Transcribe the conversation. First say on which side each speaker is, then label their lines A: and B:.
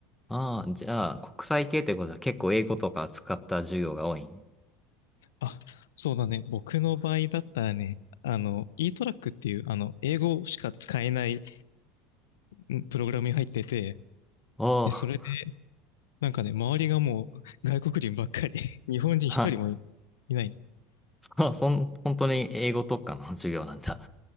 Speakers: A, in the centre; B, on the left.
A: ああ、じゃあ、国際系ってことは結構英語とか使った授業が多いん
B: あ、そうだね。僕の場合だったらね、あの、e トラックっていう、あの、英語しか使えないうんプログラムに入ってて、
A: おおー、
B: で、それで、なんかね、周りがもう外国人ばっかり、<laughs> 日本人一人もいいない。
A: <laughs> は、そ、そん、本当に英語特化の <laughs> 授業なんだ。